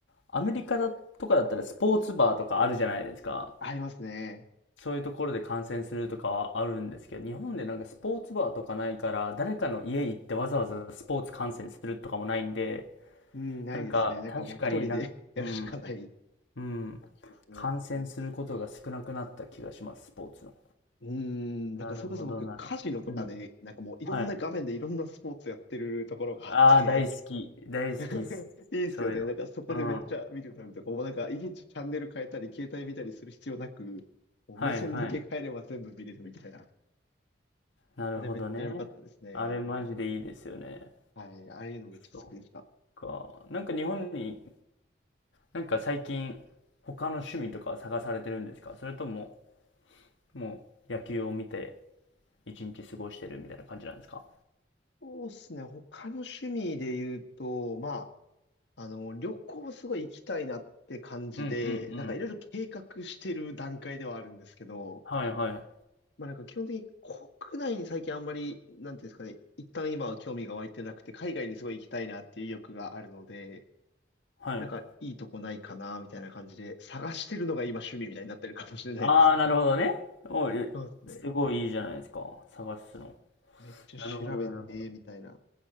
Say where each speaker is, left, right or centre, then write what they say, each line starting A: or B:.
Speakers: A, on the left; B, on the left.
A: アメリカだとかだったらスポーツバーとかあるじゃないですか。
B: ありますね。
A: そういうところで観戦するとかはあるんですけど、日本でなんかスポーツバーとかないから、誰かの家行ってわざわざスポーツ観戦するとかもないんで、
B: うん、ないですね。
A: なんか確かになんか、
B: なんかもう一人で <laughs> やるしかない
A: うん、うん、
B: 感じですね。
A: 観戦することが少なくなった気がします、スポーツの。
B: うん、なんかそれこそ僕、
A: なるほど、なるほど。
B: カジノとかで、
A: うん、
B: なんかもういろんな画面でいろんなスポーツやってるところがあって、
A: はい。ああ、大好き、大好きっす、
B: <laughs> いいっすよね。
A: そういうの。
B: なんかそこでめっちゃ見てたりとか、
A: うん、は
B: もうなんか、いちいちチャンネル変えたり、携帯見たりする必要なく、もう目線だけ変えれば全部見れるみたいな。
A: い、はい。なるほどね。
B: あれめっちゃ良かったですね。
A: あれマジでいいですよね。
B: はい。ああいうのめっちゃ好きでした。
A: そっか。なんか日本になんか最近、他の趣味とか探されてるんですかそれとも、もう野球を見て一日過ごしてるみたいな感じなんですか
B: そうっすね。他の趣味で言うと、まあ、あの、旅行すごい行きたいなって感じで、
A: うんうんうん。
B: なんかいろいろ計画してる段階ではあるんですけど、
A: はいはい。
B: まあなんか基本的に国内に最近あんまり、なんていうんですかね、一旦今は興味が湧いてなくて、海外にすごい行きたいなっていう意欲があるので、
A: はい。
B: なんかいいとこないかな、みたいな感じで、探してるのが今趣味みたいになってるかもしれないです。
A: ああ、なるほどね。おい、
B: そうですね。
A: すごいいいじゃないですか。探すの。
B: めっちゃ調べて、
A: なるほど、なるほど。
B: みたいな